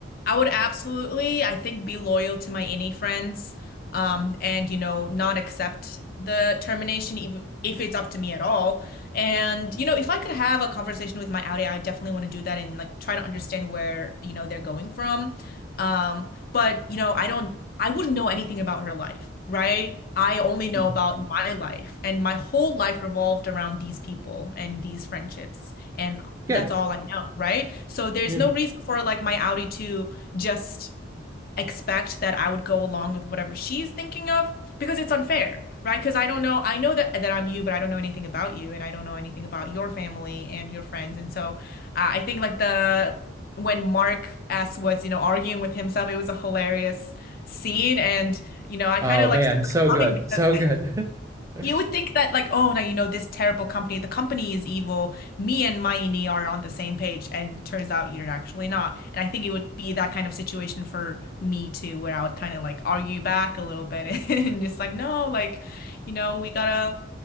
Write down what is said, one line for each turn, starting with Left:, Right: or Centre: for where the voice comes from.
Left: I would absolutely, I think, be loyal to my any friends, um, and you know, not accept the termination even if it's up to me at all. And you know, if I could have a conversation with my Audi, I definitely want to do that and like try to understand where, you know, they're going from. Um, but you know, I don't, I wouldn't know anything about her life, right? I only know
Right: Mm.
Left: about my life, and my whole life revolved around these people and these friendships, and
Right: Good.
Left: that's all I know, right? So there's
Right: Yeah.
Left: no reason for like my Audi to just expect that I would go along with whatever she's thinking of because it's unfair, right? Because I don't know, I know that that I'm you, but I don't know anything about you and I don't know anything about your family and your friends. And so uh, I think like the when Mark S was, you know, arguing with himself, it was a hilarious scene and you know, I
Right: Oh
Left: kind of like
Right: man,
Left: saw it
Right: so good,
Left: coming because
Right: so good. <laughs>
Left: you would think that, like, oh, now you know this terrible company, the company is evil. Me and Mayini are on the same page, and turns out you're actually not. And I think it would be that kind of situation for me too, where I would kind of like argue back a little bit <laughs> and just like, no, like, you know, we gotta,